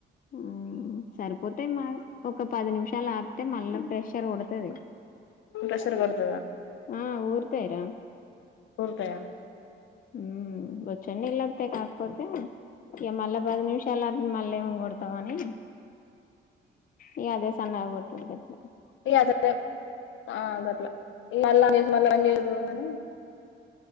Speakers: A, on the left; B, on the left.
A: ఉమ్ సరిపోతయ్ మావ్ ఒక పది నిమిషాలు ఆపితే మళ్ళా ప్రెషర్ కొడతది
B: ప్రెషర్ కొడతాదా
A: ఆ ఊరుతాయిరా
B: కొడ్తాయా
A: ఉమ్ వచ్చొయ్ నీళ్లొత్తయ్ కాకపోతే ఇక మళ్ళా పది నిమిషాలు అపి మళ్ళేం కొడతావని ఇగ అదే సన్నగ గొట్డుడుదట్లా
B: ఇగ అద ఆ గట్లా మళ్ళ చేసి మళ్ళ బంద్ చేసుడు అని